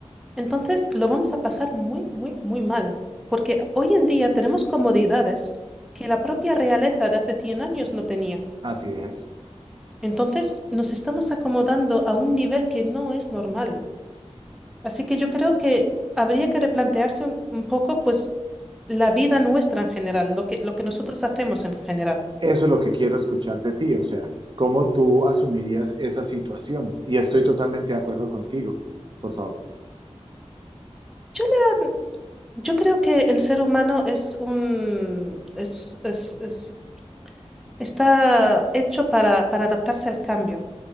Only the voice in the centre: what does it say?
entonces lo vamos a pasar muy, muy, muy mal. Porque hoy en día tenemos comodidades que la propia realeza de hace 100 años no tenía.
Entonces nos estamos acomodando a un nivel que no es normal. Así que yo creo que habría que replantearse un un poco, pues, la vida nuestra en general, lo que, lo que nosotros hacemos en general.
Yo, le- yo creo que el ser humano es un, es, es- es- está hecho para, para adaptarse al cambio.